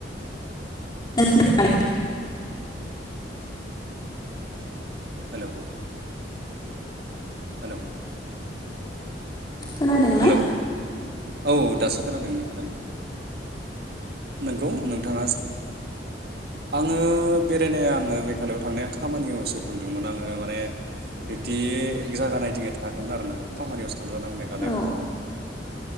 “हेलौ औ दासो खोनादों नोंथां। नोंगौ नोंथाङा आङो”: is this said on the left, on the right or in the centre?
Right